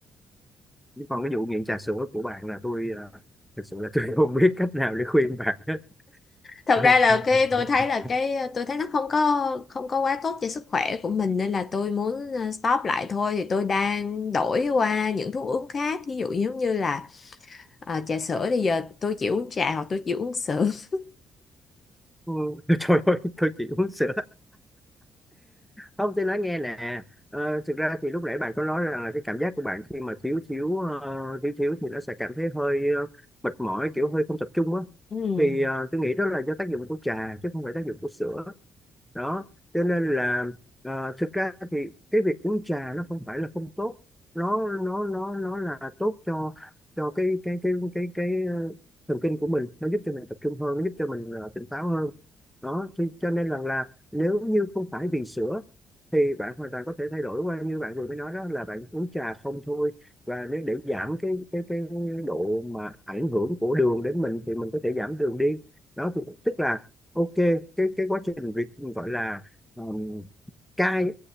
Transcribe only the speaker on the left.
thật
ra là cái tôi thấy là cái tôi thấy nó không có không có quá tốt cho sức khỏe của mình nên là tôi muốn ờ, stop lại thôi thì tôi đang đổi qua những thuốc uống khác ví dụ giống như là ờ, trà sữa thì giờ tôi chỉ uống trà hoặc tôi chỉ uống sữa <laughs>
Ừm,